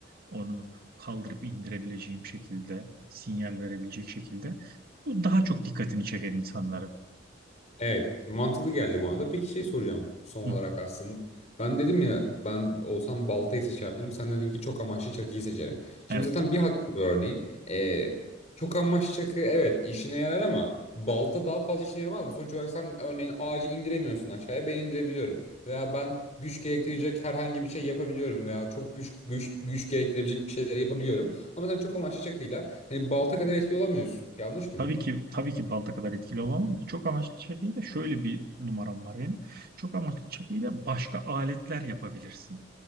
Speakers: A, on the right (about 55°); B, on the left (about 40°).
A: Onu kaldırıp indirebileceğim şekilde, sinyal verebilecek şekilde. Bu daha çok dikkatini çeker insanlara.
B: Evet, mantıklı geldi bana da. Peki şey soracağım son olarak
A: Hı.
B: aslında. Ben dedim ya ben olsam baltayı seçerdim. Sen dedin ki çok amaçlı çakıyı seçerim. Şimdi
A: Evet.
B: zaten bir hakkı var örneğin. Ee, çok amaçlı çakı evet işine yarar ama balta daha fazla işine yaramaz mı? Sonuç olarak sen örneğin ağacı indiremiyorsun aşağıya ben indirebiliyorum. Veya ben güç gerektirecek herhangi bir şey yapabiliyorum. Veya çok güç güç güç gerektirebilecek bir şeyleri yapabiliyorum. Ama sen çok amaçlı çakıyla hani balta kadar etki olamıyorsun. Yanlış mıyım?
A: Tabii ki tabii ki balta kadar etkili olamam da çok amaçlı çakıyla şöyle bir numaram var benim. Çok amaçlı çakıyla başka aletler yapabilirsin.